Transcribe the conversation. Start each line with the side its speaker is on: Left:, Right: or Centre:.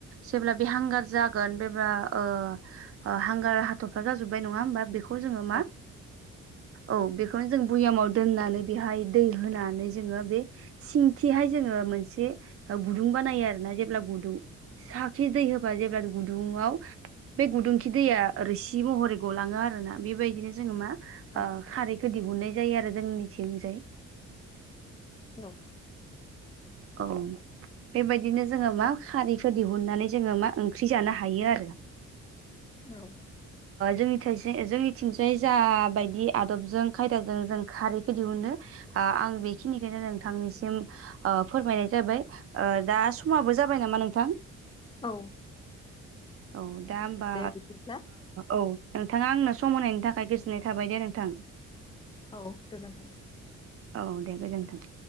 Right: जेब्ला बे हांगार जागोन बेब्ला ओ हांगार हाथरफ्रा जाजोबबाय नङा होमबा बेखौ जोङो
Left: औ
Right: मा औ बेखौनो जों भुयामाव दोननानै बेहाय दै होनानै जोङो बे सिंखिहाय जोङो मोनसे गुदुं बानायो आरो ना जेब्ला गुदुं साखि दै होबा जेब्ला गुदुङाव बे गुदुंखि दैया ओरैसि महरै गलाङो आर ना बेबायदिनो जोङो मा
Left: औ
Right: खारैखौ दिहुननाय जायो आरो जोंनिथिंजाय
Left: न'।
Right: औ। बेबायदिनो जोङो मा खारैखौो दिहुननानै जोङो मा ओंख्रि जानो हायो आरो।
Left: औ।
Right: जोंनि जोंनिथिंजायै ज बायदि आदबजों खायदाजों जों खारैखौ दिहुनो। ओ आं बेखिनिखौनो नोंथांनिसिम फोरमायनाय जाबाय दा समाबो जाबाय नामा नोंथां?
Left: औ।
Right: औ दा होमबा
Left: दे बिदिब्ला
Right: औ। नोंथाङा आंनो सम होनायनि थाखाय गोजोननाय थाबाय दे नोंथां।
Left: औ गोजोन्थों।
Right: औ दे गोजोन्थों।